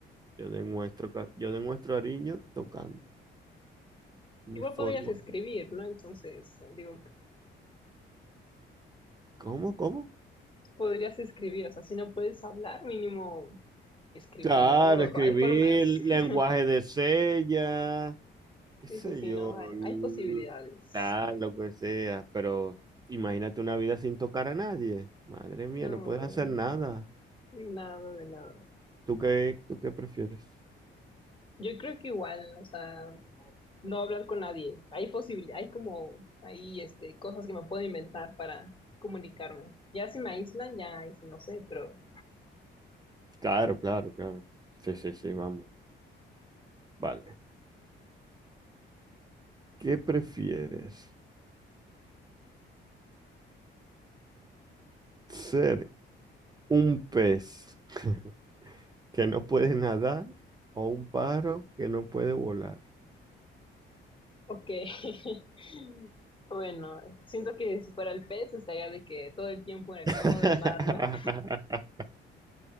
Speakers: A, on the right; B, on the left.
A: Yo demuestro, ca- yo demuestro cariño tocando mi
B: Igual
A: forma.
B: podrías escribir, ¿no? Entonces, digo,
A: ¿Cómo? ¿Cómo?
B: podrías escribir, o sea, si no puedes hablar, mínimo escribir,
A: Claro,
B: ¿no?
A: escribir
B: Hay formas.
A: lenguaje
B: <laughs>
A: de señas, qué sé
B: Sí, sí, sí,
A: yo,
B: no, hay,
A: l-
B: hay posibilidades.
A: ah,
B: <laughs>
A: lo que sea, pero imagínate una vida sin tocar a nadie. Madre mía,
B: No,
A: no puedes hacer nada.
B: nada de nada.
A: ¿Tú qué, tú qué prefieres?
B: Yo creo que igual, o sea, no hablar con nadie. Hay posibil- hay como, hay este, cosas que me puedo inventar para comunicarme. Ya si me aíslan, ya ahí sí no sé, pero
A: Claro, claro, claro. Sí, sí, sí, vamos. Vale. ¿Qué prefieres? ¿Ser un pez <laughs> que no puede nadar o un pájaro que no puede volar.
B: ok. <laughs> Bueno, siento que si fuera el pez estaría de que todo el tiempo en
A: <laughs>
B: el fondo del mar, ¿no?